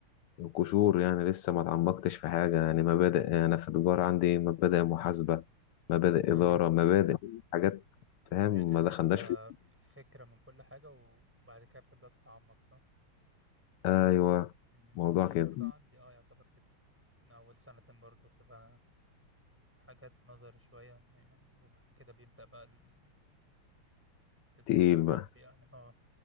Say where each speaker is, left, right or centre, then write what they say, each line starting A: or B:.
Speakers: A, on the left (about 80°); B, in the centre.
A: قشور يعني لسه ما اتعمقتش في حاجة يعني مبادئ انا في تجارة عندي مبادئ محاسبة مبادئ
B: ايوه
A: إدارة مبادئ حاجات فاهم
B: ل...
A: ما دخلناش
B: لسه
A: في
B: ف- فكره من كل حاجه وبعد كده بتبدا تتعمق صح؟
A: ايوه
B: مم،
A: موضوع
B: زي
A: كده
B: برضه عندي اه يعتبر كده من أول سنتين برضه تبقى حاجات نظري شوية يعني وبعد كده بيبدأ بقى ال- الطب
A: تقيل
B: الطبي
A: بقى
B: يعني اه